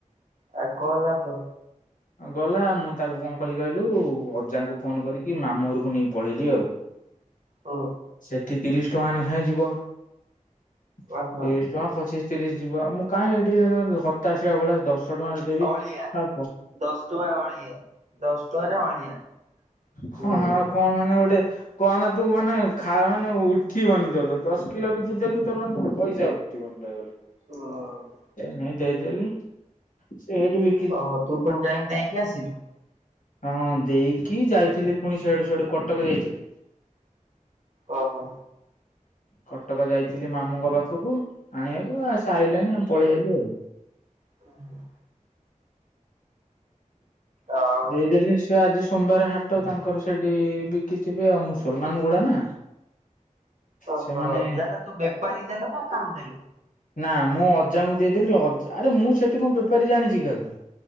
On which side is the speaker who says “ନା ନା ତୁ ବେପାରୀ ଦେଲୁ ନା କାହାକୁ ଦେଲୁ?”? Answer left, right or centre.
Right